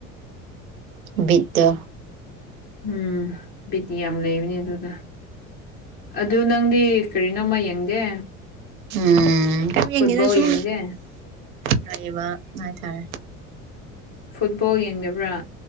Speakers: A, on the right; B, on the left.
A: ꯕꯤꯠꯇꯣ
B: ꯎꯝ ꯕꯤꯠ ꯌꯥꯝ ꯂꯩꯕꯅꯦ ꯑꯗꯨꯗꯣ ꯑꯗꯨ ꯅꯪꯗꯤ ꯀꯔꯤꯅꯣꯃ ꯌꯦꯡꯗꯦ
A: ꯎꯝ ꯀꯩꯝ ꯌꯦꯡꯗꯦꯗ
B: ꯐꯨꯠꯕꯣꯜ
A: ꯁꯨꯝ
B: ꯌꯦꯡꯗꯦ
A: ꯂꯩꯌꯦꯕ ꯍꯥꯏꯇꯥꯔꯦ
B: ꯐꯨꯠꯕꯣꯜ ꯌꯦꯡꯗꯕ꯭ꯔꯥ